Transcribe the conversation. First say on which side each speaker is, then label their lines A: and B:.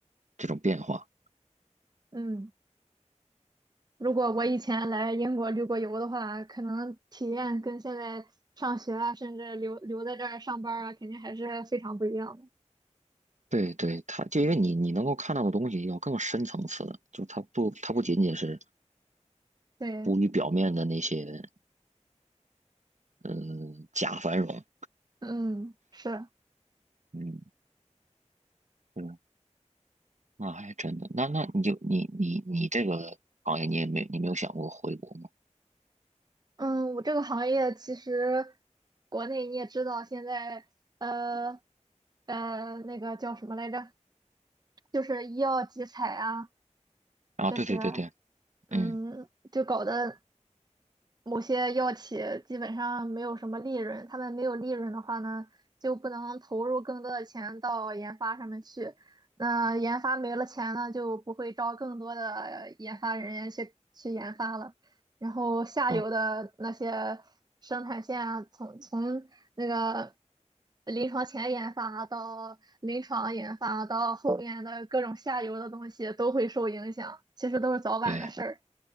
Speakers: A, on the right; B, on the right.
A: 这种变化。
B: 嗯，如果我以前来英国旅过游的话，可能体验跟现在上学啊，甚至留留在这儿上班儿啊，肯定还是非常不一样的。
A: 对对，它就因为你你能够看到的东西要更深层次的，就它不它不仅仅是
B: 对，
A: 浮于表面的那些嗯假繁荣，
B: 嗯，是。
A: 嗯，对，那还真的，那那你就你你你这个行业你也没你没有想过回国吗？
B: 嗯，我这个行业其实国内你也知道，现在呃呃那个叫什么来着，就是医药集采啊
A: 啊，
B: 这些，
A: 对对对对，
B: 嗯，
A: 嗯，
B: 就搞得某些药企基本上没有什么利润，他们没有利润的话呢，就不能投入更多的钱到研发上面去。那研发没了钱呢，就不会招更多的呃研发人员去去研发了。然后下游的那些生产线啊，
A: 不，
B: 从从那个临床前研发到临床研发到后面的各种下游的东西都会受影响，其实都是早晚的事儿。
A: 对